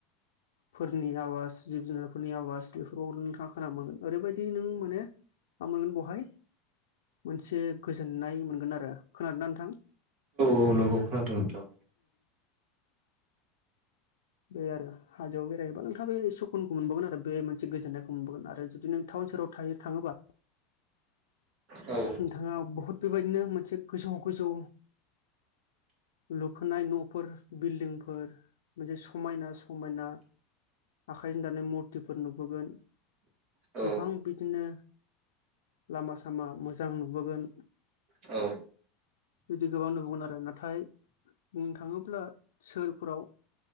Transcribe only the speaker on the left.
फोरनि आवाज जिब-जुनार नि आवाज बेफोरावबो नोंथाङा खोनानो मोनगोन ओरैबायदि नों माने मा मोनगोन बहाय मोनसे गोजोननाय मोनगोन आरो खोनादोंना नोंथां?
बे आरो हाजोआव <unintelligible> जेनेबा नोंथां बे सुकुन मोनबावगोन आरो बे मोनसे गोजोन्नायखौ मोनबोवगोन आरो जुदि नों टाउन सेराव थायो थाङोबा
नोंथाङा ब हुत बेबायदिनो मोनसे गोजौ गोजौ लुखोनाय न'फोर बिल्दिंफोर मोनसे समायना समायना आखाय जों दानाय मुरथिफोर नुबोगोन
गोबां बिदिनो लामा सामा मोजां नुबोगोन
बिदि गोबां नुबोगोन आरो नाथाय बुंनो थाङोब्ला सोहोरफोराव